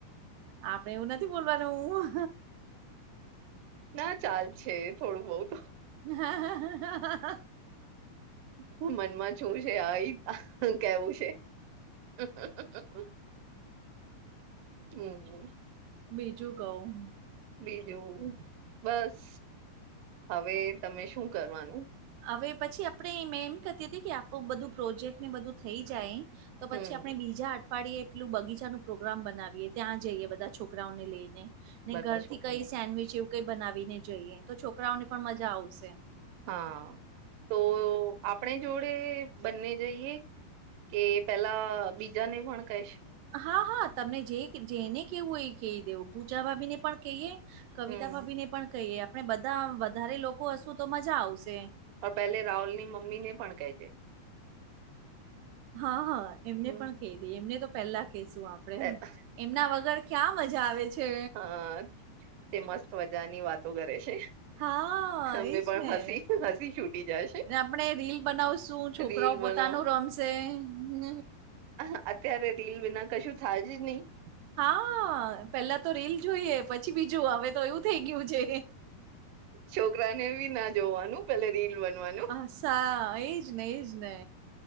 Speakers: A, on the right; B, on the right.
A: આપડે એવું નથી બોલવાનું હું
B: ના ચાલ છે. હે થોડું બહુત
A: હા હા.
B: હ મનમાં છું છે આ કેવું છે? <inaudible> હમ.
A: બીજું કહું
B: બીજું બસ હવે તમે શું કરવાનું?
A: હવે પછી આપડણે મેં એમ કતી હતી કે આપણું બધું પ્રોજેક્ટ ને બધું થઈ જાય તો
B: હમ
A: પછી આપણે બીજા આઠ ફાડીી એ પેલું બગીચાનું પ્રો્રામ બનાવીએ ત્યાં જઈએ બધા છોકરાઓને લઈને ને
B: બધા
A: ઘરથી
B: છોકરીને
A: કઈ સેન્ડવીચ એવું કઈ બનાવીને જઈએ તો છોકરાઓને પણ મજા આવશે એ
B: હા. તો આપણે જોડે બંને જઈએ. કે પેલા બીજાને પણ કહે છે.
A: હા હા તમને જે જેને કેવું એ કહી દેવું પૂચા ભાભી ને પણ કહીએ કવિતા
B: હમ
A: ભભીને પણ કહીએ આપણે બધા વધારે લોકો હશું તો મજા આવશે
B: પણ પહેલે રાહુલ ની મમ્મી ને પણ કહેજે
A: હા હા એમને
B: હમ
A: પણ ક દી એમને તો પહેલા કશું, આપ આપડે
B: પેલા
A: એમના વગર ક્યાં મજા આવે છે.
B: હા તે મસ્ત મજા ની વાતો કરે છે.
A: હા,
B: અમે
A: એજ
B: પણ
A: ને
B: હસી હસી છૂટી જાય છે
A: આપણેે રીલ બનાવશું છોકરાઓ,
B: રીલ
A: પોતાનું
B: બનાવ
A: રમશે હ
B: આા અત્યારે રીલ વિના, કશું થાય જ નહી
A: હા, પેલા તો રીલ જોઈએ પછી પછી, બીજું આવે તો એવું થઈ ગયું છે.
B: છોકરાને બી ના જોવાનું પેલે રીલ બનવાનું
A: હ સાા, એજ ને એજ ને